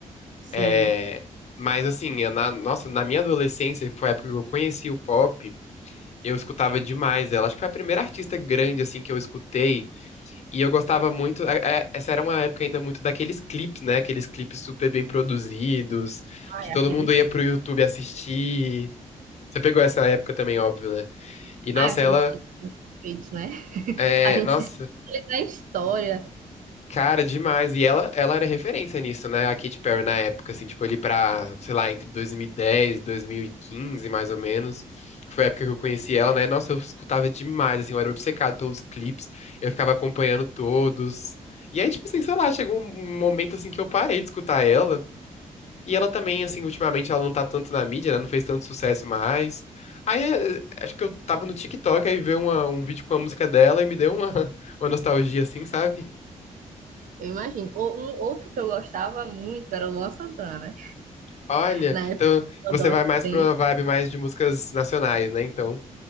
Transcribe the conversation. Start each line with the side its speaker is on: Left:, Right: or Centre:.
Right: Sei.
Left: É... Mas, assim, é na, nossa, na minha adolescência, que foi a época que eu conheci o pop, eu escutava demais ela. Acho que foi a primeira artista grande, assim, que eu escutei. E eu gostava muito. é- é- essa era uma época ainda muito daqueles clipes, né? Aqueles clipes super bem produzidos,
Right: Ah,
Left: que
Right: é
Left: todo
Right: aqueles.
Left: mundo ia pro YouTube assistir. Você pegou essa época também, óbvio, né? E nossa,
Right: Ah, aqueles
Left: ela
Right: clipes perfeitos, né?
Left: é,
Right: A gente
Left: nossa,
Right: se espelha na história,
Left: cara, demais. E ela, ela era referência nisso, né? A Katy Perry na época, assim, tipo, ali pra, sei lá, entre 2010 e 2015, mais ou menos. Que foi a época que eu conheci ela, né? nossa, eu escutava demais, assim, eu era obcecado pelos clipes, eu ficava acompanhando todos. E aí, tipo assim, sei lá, chegou um um momento assim que eu parei de escutar ela. E ela também, assim, ultimamente ela não tá tanto na mídia, né? Não fez tanto sucesso mais. Aí, eh, acho que eu tava no TikTok, aí veio uma- um vídeo com a música dela e me deu uma, <laughs> uma nostalgia, assim, sabe?
Right: eu imagino. Ou, um outro que eu gostava muito era o Luan Santana, né?
Left: Olha,
Right: na época
Left: então
Right: do
Left: você
Right: adolescente.
Left: vai mais pra uma vibe mais de músicas nacionais, né? Então,